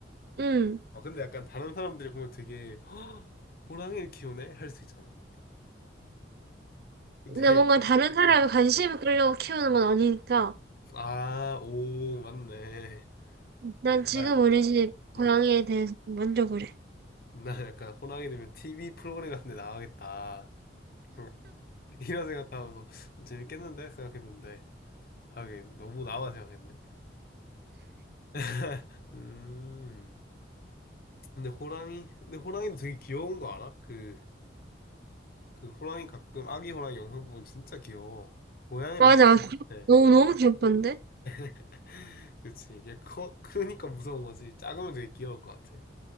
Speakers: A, on the right; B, on the left.
A: 응.
B: 아 근데 약간 다른 사람들이 보면 되게 <gasps> 호랑이를 키우네 할 수 있잖아.
A: 근데
B: 되게
A: 뭔가 다른 사람의
B: 어,
A: 관심을 끌려고 키우는 건 아니니까.
B: 아, 오, 맞네.
A: 난
B: 어,
A: 지금
B: 나 약간,
A: 우리 집 고양이에
B: 음,
A: 대해서 만족을 해.
B: 나 약간 호랑이 되면 TV 프로그램 같은 데 나가겠다. <laughs> 음, 이런 생각도 하면서 재밌겠는데? 생각했는데. 하긴, 너무 나만 생각했네. <laughs> 음, 근데 호랑이, 근데 호랑이도 되게 귀여운 거 알아? 그, 그 호랑이 가끔 아기 호랑이 영상 보면 진짜 귀여워. 고양이는
A: 맞아.
B: 약간,
A: 귀엽-
B: 네.
A: 너무, 너무 귀엽던데?
B: <laughs> 그치. 이게 커, 크니까 무서운 거지. 작으면 되게 귀여울 것 같아.